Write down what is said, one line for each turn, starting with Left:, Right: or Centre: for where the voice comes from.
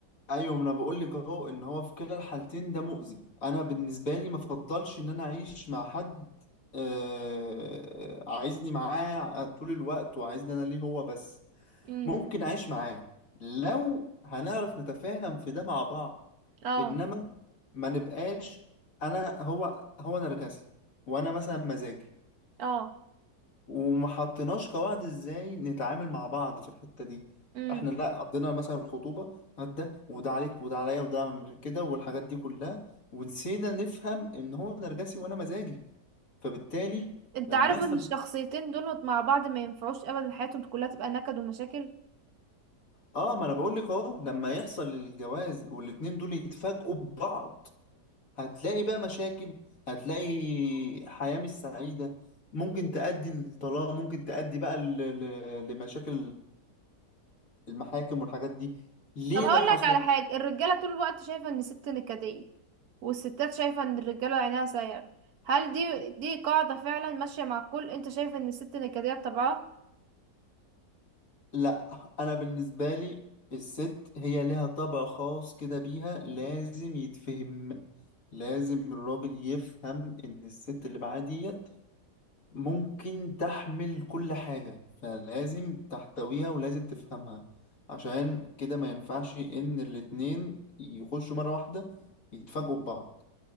Left: ايوه ما انا بقول لك اهو ان هو في كلا الحالتين ده مؤذي انا بالنسبه لي ما افضلش ان انا اعيش مع حد آه عايزني معاه طول الوقت وعايزني انا ليه هو بس
Right: مم.
Left: ممكن اعيش معاه لو هنعرف نتفاهم في ده مع بعض
Right: اه
Left: انما ما نبقاش انا هو هو نرجسي وانا مثلا مزاجي
Right: اه
Left: وما حطيناش قواعد ازاي نتعامل مع بعض في الحتة دي
Right: امم
Left: احنا لا قضينا مثلا الخطوبة هات ده وده عليك وده عليا وده عم- كده والحاجات دي كلها ونسينا نفهم ان هو نرجسي وانا مزاجي فبالتالي
Right: انت
Left: لما
Right: عارف
Left: يحصل
Right: ان الشخصيتين دول مع بعض ما ينفعوش ابدا حياتهم كلها تبقى نكد ومشاكل
Left: اه ما انا بقول لك اهو لما يحصل الجواز والاتنين دول يتفاجئوا ببعض هتلاقي بقى مشاكل هتلاقي حياة مش سعيدة ممكن تؤدي للطلاق ممكن تؤدي بقى ل- ل- لمشاكل المحاكم والحاجات دي ليه
Right: طب هقول
Left: ده حصل
Right: لك على حاجه الرجاله طول الوقت شايفه ان الست نكديه والستات شايفه ان الرجاله عينها سايره هل دي دي قاعده فعلا ماشيه مع الكل انت شايف ان الست نكديه بطبعها
Left: لا انا بالنسبه لي الست هي لها طبع خاص كده بيها لازم يتفهم لازم الراجل يفهم ان الست اللي معاه ديت ممكن تحمل كل حاجه فلازم تحتويها ولازم تفهمها عشان كده ما ينفعش ان الاتنين يخشوا مره واحده يتفاجئوا ببعض